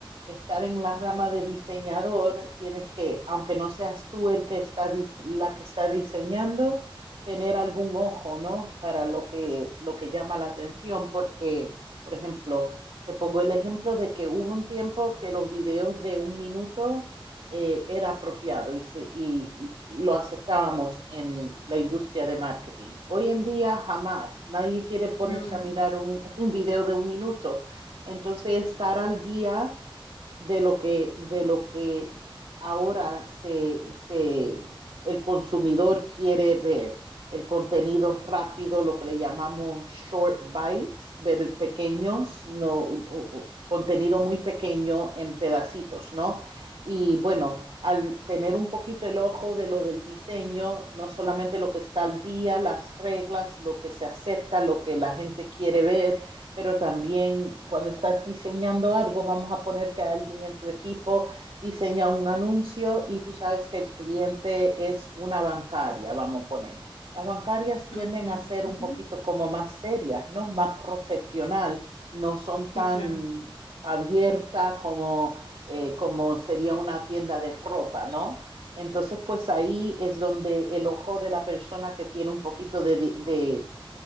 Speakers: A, on the right; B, on the left.
A: estar en la rama de diseñador tienes que, aunque no seas tú el que está dis- la que está diseñando, tener algún ojo, ¿no? Para lo que lo que llama la atención, porque, por ejemplo, te pongo el ejemplo de que hubo un tiempo que los videos de un minuto eh, era apropiado y, se- y lo aceptábamos en la industria de marketing. Hoy en día jamás, nadie quiere ponerse
B: Nómina.
A: a mirar un, <laughs> un video de un minuto. Entonces, estar al día de lo que, de lo que ahora se, se, el consumidor quiere ver. El contenido rápido, lo que le llamamos short bites, ver pequeños, no, contenido muy pequeño en pedacitos, ¿no? Y bueno, al tener un poquito el ojo de lo del diseño, no solamente lo que está al día, las reglas, lo que se acepta, lo que la gente quiere ver, pero también cuando estás diseñando algo, vamos a poner que alguien en tu equipo diseña un anuncio y tú sabes que el cliente es una bancaria, vamos a poner. Las bancarias tienden
B: Ok.
A: a ser un
B: ujú.
A: poquito como más serias, ¿no? Más profesional, no son tan
B: Sí, claro.
A: abiertas como, eh, como sería una tienda de ropa, ¿no? Entonces, pues ahí es donde el ojo de la persona que tiene un poquito de, de,